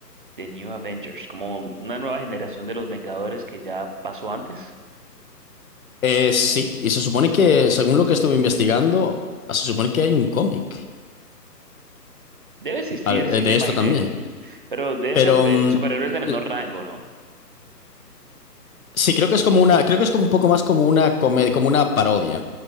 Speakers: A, on the right; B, on the left.
A: The New Avengers, como una nueva generación de los Vengadores que ya pasó antes.
B: Eh, sí, y se supone que, según lo que estuve investigando, ah, se supone que hay un cómic
A: Debe existir,
B: al-
A: sí
B: eh, de
A: me imaginé,
B: esto también.
A: pero deben
B: Pero
A: ser eh,
B: mm,
A: superhéroes de menor
B: l-
A: rango, ¿no?
B: sí, creo que es como una, creo que es como un poco más como una comedia, como una parodia.